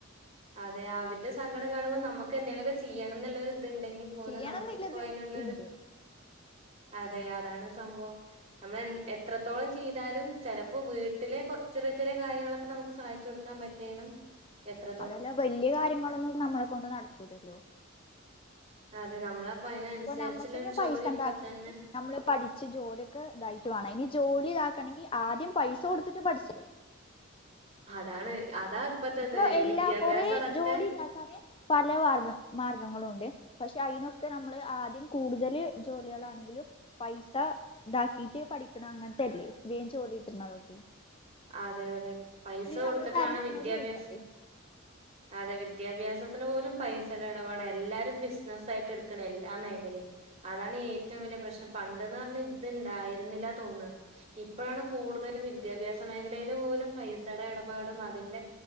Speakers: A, on the right (about 30°); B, on the left (about 25°).
A: അതെ അവരുടെ സങ്കടം കാണുമ്പോൾ നമുക്ക് എന്തെങ്കിലുമൊക്കെ ചെയ്യണം എന്നുള്ള ഒരിത്ണ്ടെങ്കിൽ പോലും
B: ചെയ്യണംന്നില്ലത്
A: നമുക്കിപ്പോ അതിനുള്ളരു
B: ഉണ്ട്
A: അതെ അതാണ് സംഭവം നമ്മൾ എ എത്രത്തോളം ചെയ്താലും ചിലപ്പോ വീട്ടിലെ ചെറിയ ചെറിയ കാര്യങ്ങളൊക്കെ നമുക്ക് സാധി ച്ച് കൊടുക്കാൻ പറ്റിയാലും എത്ര
B: അതല്ലോ വലിയ കാര്യങ്ങളൊന്നും നമ്മളെ കൊണ്ട് നടക്കൂല്ലല്ലോ
A: അതെ നമ്മളപ്പ അതിന അനുസരിച്ചുള്ളൊ
B: ഇപ്പൊ നമ്മുക്കന്നെ
A: ഒരു ജോലി
B: പൈസ ഉണ്ടാക്കണമെങ്കിൽ
A: ഇപ്പ തന്നെ
B: നമ്മള് പഠിച്ച് ജോലിയൊക്കെ ഇതായിട്ട് വേണം ഇനി ജോലി ഇതാക്കണമെങ്കി ആദ്യം പൈസ കൊടുത്തിട്ട് പഠിച്ച
A: അതാണ് അതാ ഇപ്പത്തത്
B: ഇപ്പൊ എല്ലാ
A: വിദ്യാഭ്യാസം
B: കൊറേ
A: അടക്കെ
B: ജോലി ഉണ്ടാക്കാന് പല മാഗ മാർഗങ്ങളും ഉണ്ട് പക്ഷെ അതിനൊക്കെ ന നമ്മള് ആദ്യം കൂടുതല് ജോലികളാണെങ്കിലും പൈസ ഇതാക്കിട്ട് പഠിക്കണം അങ്ങനത്തെല്ലേ വേ ജോലിട്ടുന്ന തൊക്കെ
A: അതെ അതെ പൈസ കൊടുത്തിട്ട്
B: നമ്മള് പാരൻസിനോട്
A: വേണം വിദ്യാഭ്യാസം
B: ചോദിച്ചണ്ടേ
A: അതെ വിദ്യാഭ്യാസത്തിന് പോലും പൈസയുടെ ഇടവാടാണ് എല്ലാരും ബിസിനസ്സ ആയിട്ട് എടുക്കണ എല്ലാ മേഖലയും അതാണ് ഏറ്റവും വലിയ പ്രശ്നം പണ്ടന്ന് പറഞ്ഞ ഇത്ണ്ടായിരുന്നില്ല തോന്നുന്നത് ഇപ്പോഴാണ് കൂടുതലും വിദ്യാഭ്യാസ മേഖലയിൽ പോലും പൈസയുടെ ഇടപാടും അതിന്റെ